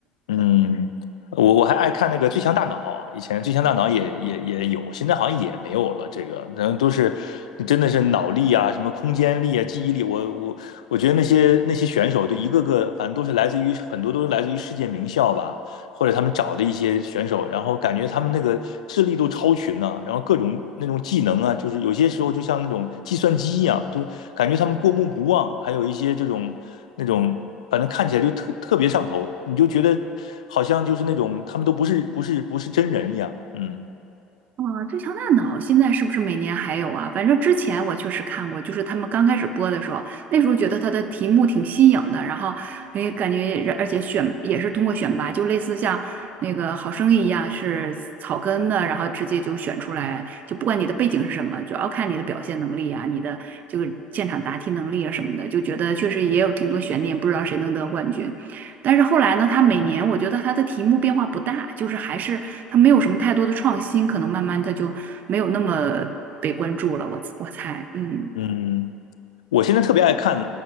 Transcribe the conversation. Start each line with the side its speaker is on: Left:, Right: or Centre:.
Left: 嗯，我我还爱看那个《最强大脑》，以前《最强大脑也》也也有，现在好像也没有了，这个，然后都是真的是脑力啊，什么空间力啊，记忆力，我我我觉得那些那些选手都一个个，反正都是来自于很多都是来自于世界名校吧。或者他们找的一些选手，然后感觉他们那个智力都超群呢、然后各种那种技能啊，就是有些时候就像那种计算机一样，就感觉他们过目不忘，还有一些这种那种，反正看起来就特特别上头，你就觉得好像就是那种他们都不是不是不是真人一样，嗯
Right: 啊，最强大脑现在是不是每年还有啊？反正之前我确实看过，就是他们刚开始播的时候，那时候觉得它的题目挺新颖的，然后哎，感觉而且选也是通过选拔，就类似像那个《好声音》一样是草根的，然后直接就选出来，就不管你的背景是什么，主要看你的表现能力啊，你的这个现场答题能力啊什么的，就觉得确实也有挺多悬念，不知道谁能得冠军。但是后来呢，它每年我觉得它的题目变化不大，就是还是它没有什么太多的创新，可能慢慢它就没有那么被关注了。我我猜，嗯，
Left: 嗯。我现在特别爱看，